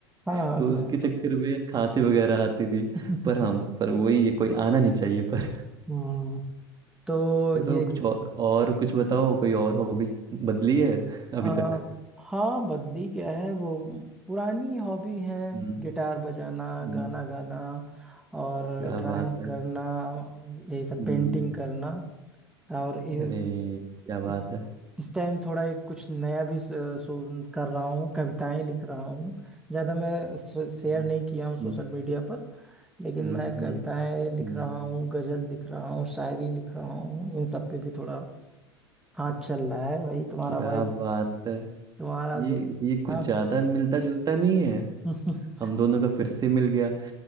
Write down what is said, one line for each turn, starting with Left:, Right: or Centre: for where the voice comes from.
Right: <laughs>
Centre: हाँ हाँ,
Right: तो
Centre: दुआ
Right: उसके चक्कर में खांसी वगैरह आती थी
Centre: <laughs>
Right: पर हाँ पर वही है कोई आना नहीं चाहिए पर
Centre: हम्म, तो
Right: <laughs> चलो
Centre: ये
Right: कुछ और और कुछ बताओ कोई और हॉबी बदली है
Centre: आ,
Right: अभी तक
Centre: हाँ बदली क्या है वो पुरानी हॉबी है
Right: हम्म
Centre: गिटार बजाना
Right: हम्म,
Centre: गाना गाना और
Right: क्या
Centre: ड्राइंग
Right: बात है
Centre: करना यही सब
Right: हम्म
Centre: पेंटिंग करना और ये-
Right: अरे क्या बात
Centre: इस
Right: है
Centre: इस टाइम थोड़ा एक कुछ नया भी सो, सो- कर रहा हूँ कविताएं लिख रहा हूँ ज़्यादा मैं शेयर
Right: हम्म,
Centre: नहीं किया हूँ सोशल
Right: हम्म,
Centre: मीडिया पर लेकिन
Right: हम्म,
Centre: मैं कविताएं
Right: हम्म,
Centre: लिख
Right: हम्म,
Centre: रहा हूँ गजल लिख रहा हूँ शायरी लिख रहा हूँ इन सब पे भी थोड़ा हाथ चल रहा है भाई तुम्हारा
Right: क्या
Centre: भाई
Right: बात है
Centre: तुम्हारा
Right: ये
Centre: जो
Right: ये कुछ
Centre: हाँ
Right: ज्यादा मिलता जुलता नहीं है
Centre: <laughs>
Right: हम दोनों का फिर से मिल गया